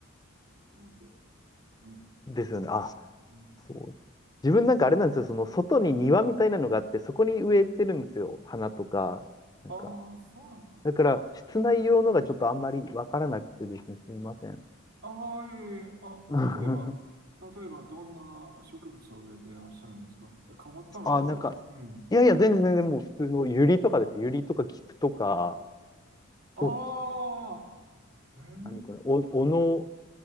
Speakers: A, on the right; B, on the left.
A: 思って。はい。
B: ですよね。あ、
A: うん
B: そうです。自分なんかあれなんですよ。その外に庭みたいなのがあって、そこに植えてるんですよ。花とか、なんか
A: ああ、そうなんですよ。
B: だから、室内用のがちょっとあんまりわからなくてですね、すみません。
A: ああ、いえいえ、あ、
B: <laughs>
A: 例えば、例えば、どんな植物を植えていらっしゃるんですかえ変わったのとか、
B: あ、なんか、
A: うん。
B: いやいや、全然全然もう普通のユリとかですユリとか菊とか、
A: ああ、
B: お、
A: えー
B: 何これ、お、おの、